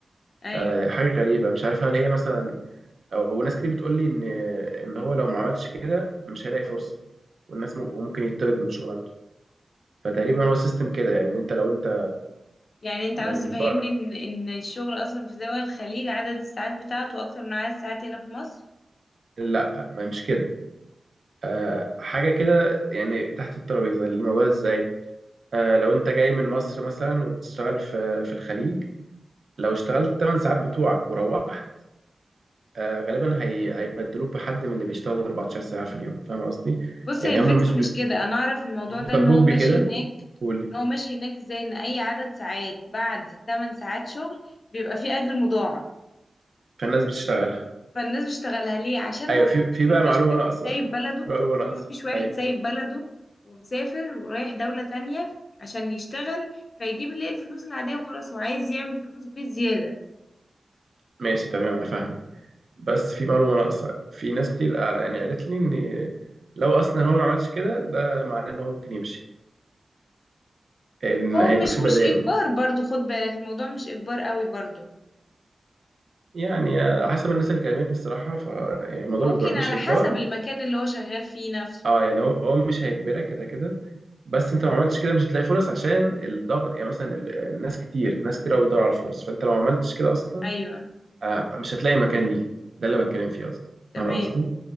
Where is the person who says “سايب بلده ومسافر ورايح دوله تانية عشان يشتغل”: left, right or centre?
Left